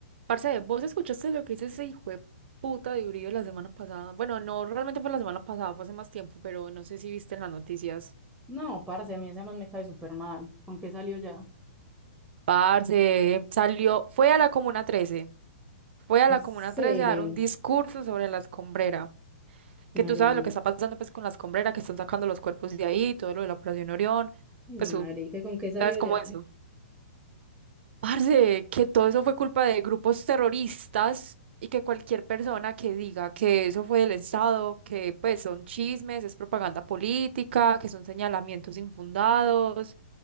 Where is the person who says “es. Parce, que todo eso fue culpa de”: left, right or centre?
Right